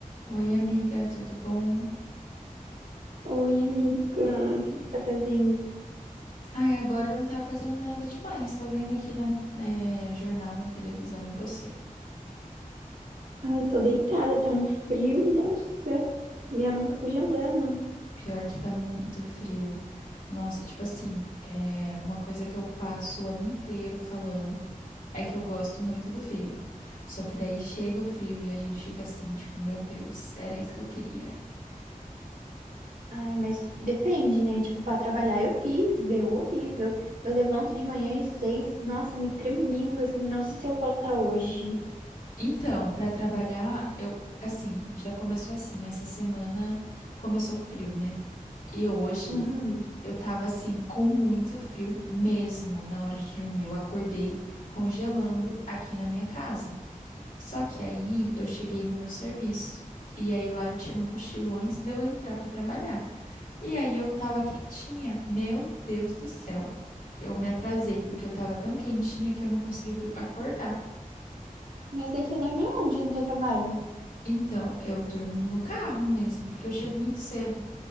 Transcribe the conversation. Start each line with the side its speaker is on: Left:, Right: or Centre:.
Left: Oi, amiga, tudo bom?
Right: Oi, amiga, o que que tá fazendo?
Left: Ai, agora eu não tava fazendo nada demais. Tô vendo aqui na, né, jornal, na televisão e você.
Right: Ai, tô deitada, tá um frio, nossa, minha mão tá congelando.
Left: Pior que tá muito frio. Nossa, tipo assim, é uma coisa que eu passo o ano inteiro falando é que eu gosto muito do frio. Só que daí chega o frio e a gente fica assim, tipo, meu Deus, era isso que eu queria.
Right: Ai, mas depende, né? Tipo, pra trabalhar é horrível, horrível. Eu levanto de manhã às seis, nossa, me tremendo, assim, nossa, se eu faltar hoje.
Left: Então, pra trabalhar, eu assim, já começou assim, essa semana começou o frio, né? E hoje
Right: Uhum.
Left: Eu tava assim com muito frio mesmo na hora de dormir. Eu acordei congelando aqui na minha casa. Só que aí eu cheguei no meu serviço. E aí lá eu tiro um cochilo antes de eu entrar pra trabalhar. E aí eu tava quentinha. Meu Deus do céu. Eu me atrasei porque eu tava tão quentinha que eu não consegui dur- acordar.
Right: Mas daí você dorme aonde no teu trabalho?
Left: Então, eu durmo no carro mesmo, porque eu chego muito cedo